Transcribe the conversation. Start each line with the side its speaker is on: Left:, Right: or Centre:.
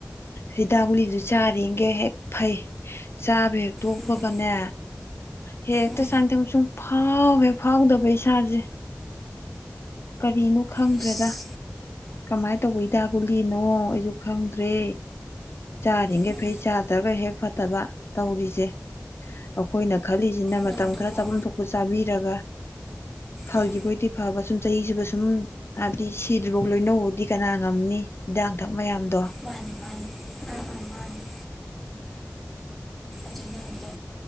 Left: ꯍꯤꯗꯥꯛ ꯒꯨꯂꯤꯗꯨ ꯆꯥꯔꯤꯒꯩ ꯍꯦꯛ ꯐꯩ ꯆꯥꯕ ꯍꯦꯛ ꯇꯣꯛꯄꯒꯅꯦ
Centre: ꯎꯝ
Left: ꯍꯦꯛꯇ
Centre: ꯎꯝ
Left: ꯆꯥꯅꯤꯡ ꯊꯛꯅꯤꯡ ꯁꯨꯡꯐꯥꯎ ꯍꯦꯛ ꯐꯥꯎꯗꯕ ꯏꯁꯥꯁꯦ ꯀꯔꯤꯅꯣ ꯈꯪꯗ꯭ꯔꯦꯗ
Centre: ꯑꯁ
Left: ꯀꯃꯥꯏꯅ ꯇꯧꯕ ꯒꯨꯂꯤꯅꯣ ꯑꯩꯁꯨ ꯈꯪꯗ꯭ꯔꯦ ꯆꯥꯔꯤꯈꯩ
Centre: ꯎꯝ
Left: ꯐꯩ ꯆꯥꯗ꯭ꯔꯒ ꯍꯦꯛ ꯐꯠꯇꯕ ꯇꯧꯔꯤꯁꯦ ꯑꯩꯈꯣꯏꯅ ꯈꯜꯂꯤꯁꯤꯅ
Centre: ꯅꯪꯗꯨꯕꯣ
Left: ꯃꯇꯝ ꯈꯔ ꯆꯥꯐꯝ ꯊꯣꯛꯄ ꯆꯥꯕꯤꯔꯒ ꯐꯈꯤꯕꯑꯣꯏꯗꯤ
Centre: ꯎꯝ
Left: ꯐꯕ ꯁꯨꯝ ꯆꯍꯤ ꯆꯨꯞꯄꯥ ꯁꯨꯝ ꯍꯥꯏꯕꯗꯤ ꯁꯤꯗ꯭ꯔꯤꯐꯥꯎ ꯂꯣꯏꯅꯧꯗꯤ ꯀꯅꯥꯅ ꯉꯝꯅꯤ ꯍꯤꯗꯥꯛ ꯂꯥꯡꯊꯛ ꯃꯌꯥꯝꯗꯣ
Centre: ꯃꯥꯅꯤ ꯃꯥꯅꯤ ꯑꯥ ꯑꯥ ꯃꯥꯅꯤ ꯑꯗꯨ ꯅꯪꯒꯤꯗꯣ